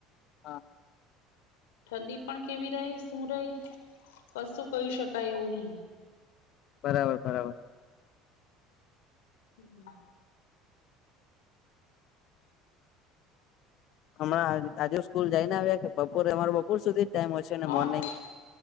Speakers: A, on the left; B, on the left.
A: હા
B: ઠંડી પણ કેવી રે શું રે કશું કહી શકાય એવું નહી
A: બરાબર બરાબર
B: હમ
A: હમણાં આજુ સ્કૂલ જઈને આવ્યા કે બપોરે અમારો બપોર સુધી જ ટાઈમ હો છે ને
B: હ
A: મોર્નિંગ